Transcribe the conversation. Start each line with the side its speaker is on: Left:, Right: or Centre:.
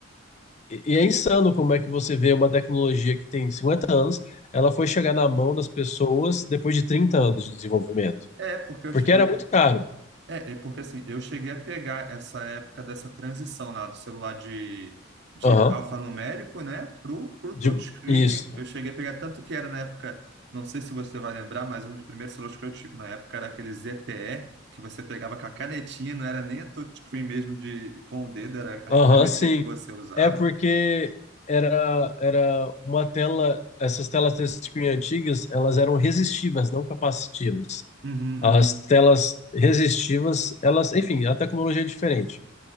Left: E e é insano como é que você vê uma tecnologia que tem 50 anos, ela foi chegar na mão das pessoas depois de trinta anos de desenvolvimento.
Right: É porque eu,
Left: Porque
Right: che-
Left: era
Right: eu-
Left: muito caro.
Right: é, é porque assim, eu cheguei a pegar essa época dessa transição lá do celular de, de
Left: Aham,
Right: alfanumérico, né, pro, pro
Left: de-
Right: touchscreen.
Left: isso.
Right: Eu cheguei a pegar tanto que era na época, não sei se você vai lembrar, mas um dos primeiros celulares que eu tive na época era aquele ZTE que você pegava com a canetinha, não era nem a touchscreen mesmo de com o dedo, era a
Left: Aham,
Right: canetinha
Left: sim.
Right: que você usava.
Left: É porque era, era uma tela, essas telas touchscreen antigas, elas eram resistivas, não capacitivas.
Right: Uhum,
Left: As telas resistivas, elas, enfim, a tecnologia é diferente.